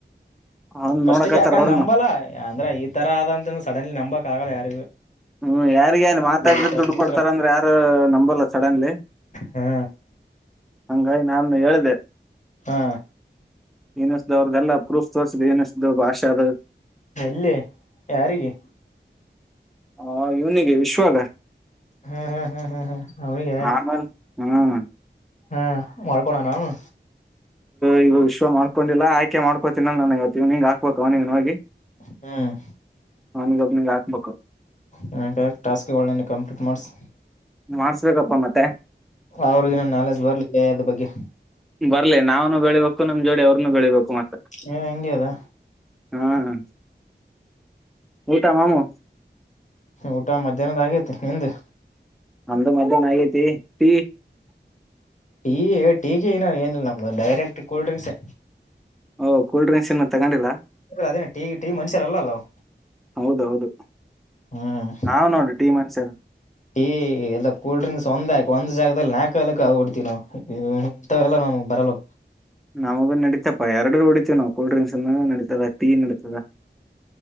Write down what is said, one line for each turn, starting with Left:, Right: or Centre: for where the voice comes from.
Centre: ಅವ್ನ್
Left: ಪ್ರಸ್ಕ್ಕೆ
Centre: ನೋಡಕತ್ತಾರ
Left: ಯಾಕಂದ
Centre: ಅವ್ರನು
Left: ನಂಬಲ್ಲ ಅಂದ್ರ ಈ ತರ ಆದಂತ ಸಡನ್ಲಿ ನಂಬಕ್ ಆಗಲ್ಲ ಯಾರಿಗೆ
Centre: ಹ್ಮ್ ಯಾರಿಗ ಏನ್ ಮಾತಾಡಿದ್ರ
Left: ವಿಶ್ವಾಸ
Centre: ದುಡ್ಡು
Left: ಮಾಡಿದ್ರ
Centre: ಕೊಡ್ತಾರ ಅಂದ್ರ ಯಾರು ನಂಬಲ್ಲ ಸಡನ್ಲಿ
Left: ಹಾ
Centre: ಹಂಗಾಗಿ ನಾನು ಹೇಳಿದೆ
Left: ಹಾ
Centre: ಯನಸ್ದ ಅವ್ರ್ದಲ್ಲಾ ಪ್ರೂಫ್ ತೋರ್ರಿಸಿದ್ ಯನಸದ ಭಾಷದು
Left: ಎಲ್ಲಿ ಯಾರಿಗೆ
Centre: ಹಾ ಇವನಿಗೆ ವಿಶ್ವಾಗ
Left: ಹ್ಮ್ ಹ್ಮ್ ಹ್ಮ್ ಹ್ಮ್ ಹಾ ಅವನೀಗ
Centre: ಆಮೇಲೆ ಹ್ಮ್
Left: ಹ್ಮ ಮಾಡ್ಕೊಂಡನ ಅವನು
Centre: ಈ ವಿಶವ ಮಾಡ್ಕೊಂಡಿಲ್ಲ ಆಯ್ಕೆ ಮಾಡ್ಕೊತೀನ ನಾನ ಇವತ್ತು ಇವಗ್ ಹಾಕ್ಬೇಕಕ್ ಅವನಿಗೆ ಹೋಗಿ
Left: ಹ್ಮ್
Centre: ನನಗ ಒಬ್ನಿಗೆ ಹಾಕ್ಬೇಕು
Left: ನಾ ಟಾಸ್ಕ್ ಒಳ್ಳೆನೆ ಕಂಪ್ಲೀಟ್ ಮಾಡ್ಸು
Centre: ಮಾಡಸ್ಬೇಕಪ್ಪ ಮತ್ತೆ
Left: ಅವ್ರಿಗಿನ ನಾಲೆಜ್ ಬರ್ಲಿ ಅದ್ರ ಬಗ್ಗೆ
Centre: ಬರ್ಲಿ ನಾವನು ಬೆಳಿಬೇಕ ನಮ್ಮ ಜೋಡಿ ಅವ್ರನು ಬೆಳಿಬೇಕುತ್ತೆ
Left: ಏ ಹಂಗೆ ಅದ
Centre: ಹ್ಮ್ ಊಟ ಮಾಮು
Left: ಊಟ ಮಧ್ಯಾಹ್ನದ ಆಗೈತಿ ನಿಂದು
Centre: ಅಂದು ಮಧ್ಯಾಹ್ನ ಆಗೈತಿ ಟೀ
Left: ಟೀ ಟೀ ಕ ನ ಏನಿಲ್ಲ ನಮ್ದ ಡೈರೆಕ್ಟ್ ಕೂಲ್ ಡ್ರಿಂಕ್ಸ
Centre: ಓಹ ಕೋಲ್ ಡ್ರಿಂಕ್ಸ್ ಇನ್ನೂ ತಗೊಂಡಿಲ್ಲಾ
Left: ಅದೇ ಟಿ ಟಿವ ಮನುಷ್ಯರಲ್ಲಲ್ಲವು
Centre: ಹೌದ ಹೌದು
Left: ಹ್ಮ್
Centre: ನಾವ್ ನೋಡ್ರಿ ಟೀ ಮನ್ಷ್ಯರ್
Left: ಟೀ ಎಲ್ಲ ಕೂಲ್ಡ್ರಿಂಕ್ಸ್ ಒಂದ ಒಂದ್ ಜಾಗದಲ್ಲಿ ನಾಕಕ ಹೊಡ್ತಿವಿ ನಾವವು ಇಥವೆಲ್ಲಾ ನಮ್ ಬರಲ್ಲ
Centre: ನಮಗ ನಡೀತಪ್ಪಾ ಎರಡು ನೋಡಿತ ನ ಕೋಲ್ಡ್ ಡ್ರಿಂಕ್ಸ್ ನಡೀತದ ಟೀ ನಡೀತಾದ